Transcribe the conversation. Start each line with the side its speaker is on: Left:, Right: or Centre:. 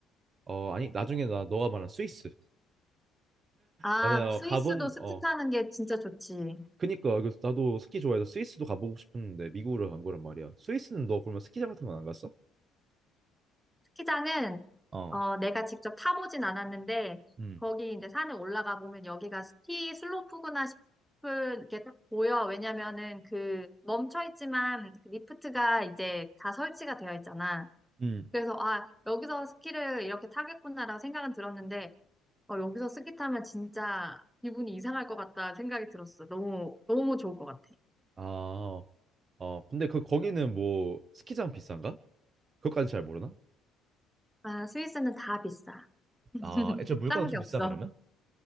Right: 어 아니 나중에 나 너가 말한 스위스
Centre: 아,
Right: 나는 어,
Centre: 스위스도
Right: 가본
Centre: 스키
Right: 어
Centre: 타는 게 진짜 좋지.
Right: 그니까 그래서 나도 스키 좋아해서 스위스도 가보고 싶었는데 미국으로 간 거란 말이야 스위스는 너 그러면 스키장 같은 건 안 갔어?
Centre: 스키장은
Right: 어
Centre: 어, 내가 직접 타보진 않았는데
Right: 음.
Centre: 거기 이제 산에 올라가 보면 여기가 스키 슬로프구나 싶은 게 딱 보여. 왜냐면은 그 멈춰 있지만 그 리프트가 이제 다 설치가 되어 있잖아.
Right: 음.
Centre: 그래서 아 여기서 스키를 이렇게 타겠구나라고 생각은 들었는데 어, 여기서 스키 타면 진짜 기분이 이상할 것 같다 생각이 들었어. 너무 너무 좋을 것 같아.
Right: 아, 어, 근데 그 거기는 뭐 스키장 비싼가? 그것까지 잘 모르나?
Centre: 아 스위스는 다 비싸. <laughs>
Right: 아, 애초에 물가도
Centre: 싼
Right: 좀
Centre: 게 없어.
Right: 비싸 그러면?